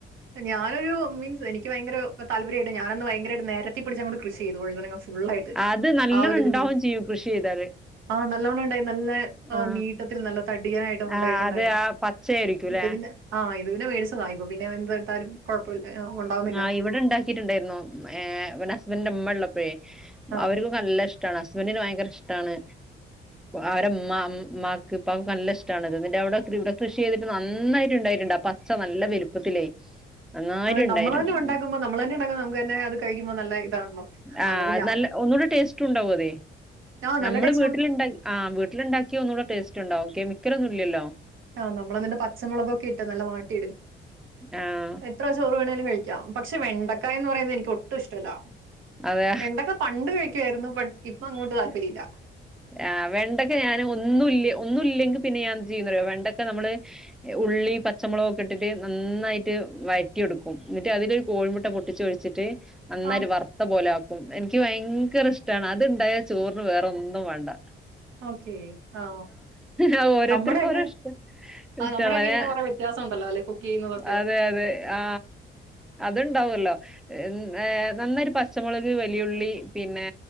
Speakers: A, on the right; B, in the centre.
A: ഞാനൊരു മീൻസ് എനിക്ക് ഭയങ്കര താല്പര്യമായിട്ട് ഞാനന്ന് ഭയങ്കര താല്പര്യം ആയിട്ട് ഞാൻ അങ്ങട് നെരത്തി പിടിച്ച് അങ്ങ്ട് കൃഷി ചെയ്ത് വഴുതനങ്ങ ഫുൾ ആയിട്ട്
B: അത് നല്ലോണം
A: ആഒരു
B: ഇണ്ടാവും ചെയ്യും കൃഷി ചെയ്താല്
A: ആ നലോണം ഉണ്ടായി നല്ല
B: ആഹ്
A: നീട്ടത്തില് നല്ല തടിയിട്ട് ഉണ്ടായിട്ട്ണ്ടായിരുന്നു
B: ആഹ് അത് ആ പച്ചയായിരിക്കുംല്ലേ
A: ഇത് പിന്നെ ആ ഇത് പിന്നെ മേടിച്ചതാ ഇപ്പൊ പിന്നെ ഇട്ടാലും കൊഴപ്പമില്ല ഉണ്ടാവുന്നില്ല
B: ആ ഇവിടെ ഉണ്ടാക്കിട്ടുണ്ടായിരുന്നു ഏ ഹസ്ബന്റെ ഉമ്മ ഉള്ളപൊ
A: ആഹ്
B: അവര്ക്ക് നല്ല ഇഷ് ഹസ്ബഡിനു ഭയങ്കര ഇഷ്ടമാണ് അവരമ്മ അമ്മാക്ക് ഇപ്പാക്ക് നല്ല ഇഷ്ടമാണ്ത് എന്നി അവിടെ ഇവിടെ കൃഷി ചെയ്തിട്ട് നന്നായിട്ട് ഉണ്ടായിട്ടുണ്ട് ആ പച്ച നല്ല വലുപ്പത്തിലേ നന്നായിട്ട്
A: അതെ
B: ഉണ്ടായിരുന്നു
A: നമ്മള് തന്നെ ഉണ്ടാക്കുമ്പോ നമ്മള് തന്നെ ഉണ്ടാക്കുമ്പോ നമുക്ക് തന്നെ അത് കഴിക്കുമ്പോ നല്ല ഇതാണല്ലോ
B: ആ
A: അന്നിട്ട് ഞാൻ
B: നല്ല ഒന്നുകൂടെ ടേസ്റ്റ് ഉണ്ടാവും അതെ
A: ആ
B: നമ്മള്
A: നല്ല ടേസ്റ്റ്
B: വീട്ടിലുണ്ടാക്കി
A: ആണ്
B: ആ വീട്ടിൽണ്ടാക്കിയാൽ ഒന്നുകൂടെ ടേസ്റ്റ് ഉണ്ടാവും കെമി ഇത്രന്നുല്ലല്ലോ
A: ആ നമ്മളതിന്റെ പച്ചമുളകൊക്കെ ഇട്ട് നല്ല വട്ട
B: ആഹ്
A: എത്ര ചോറ് വേണേലും ഴിക്കാം പക്ഷെ വെണ്ടക്കായ എന്ന് പറയുന്നത് എനിക്ക് ഒട്ടും ഇഷ്ടല്ല
B: അതെ
A: വെണ്ടയ്ക്ക പണ്ട് കഴിക്കുവായിരുന്നു ഇപ്പ അങ്ങോട്ട് താല്പരില്ല
B: ആ വെണ്ടക്കാ ഞാൻ ഒന്നുല്ല ഒന്നുല്ലെങ്കിൽ പിന്നെ ഞാൻ എന്ത് ചെയ്യുമെന്ന്റിയോ വെണ്ടക്ക നമ്മള് ഉള്ളി പച്ചമുളകൊക്കെ ഇട്ടിട്ട് നന്നായിട്ട് വയറ്റിഇടുക്കും എന്നിട്ട് അതിലൊരു കോഴിമുട്ട പൊട്ടിച്ച് ഒഴിച്ചിട്ട് നന്നായിട്ട്
A: ആ
B: ഒരു വർത്ത പോലെ എനിക്ക് ഭയങ്കര ഇഷ്ടമാണ് അത്ണ്ടായ ചോറിന് വേറെ ഒന്നും വെ ണ്ട
A: ഓക്കേ ആ
B: ആ ഓരോരുത്തർക്കും
A: നമ്മുടെയൊക്കെ
B: ഓരോ ഇഷ്ടം
A: ആ
B: ഇഷ്ടല്ല
A: നമ്മുടെയൊക്കെ
B: ഞ
A: ഇങ്ങനെ കുറെ വ്യത്യാസം ഉണ്ടല്ലോ അല്ലെ കുക്ക് ചെയ്യുന്നതൊക്കെ
B: അതെ അതെ ആ അതുണ്ടാവല്ലോ ഏ നന്നായിട്ടു പച്ചമുളക് വലിയുള്ളി പിന്നെ